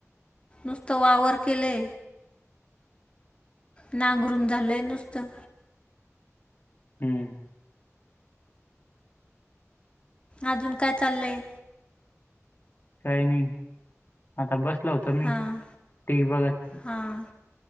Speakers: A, on the left; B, on the left.
A: नुसते वावर केले नांगरूम झालंय नुसतं
B: हम्म
A: अजून काय चाललंय
B: काही नाही आता बसला होत मी
A: हां
B: तेी बघत
A: हां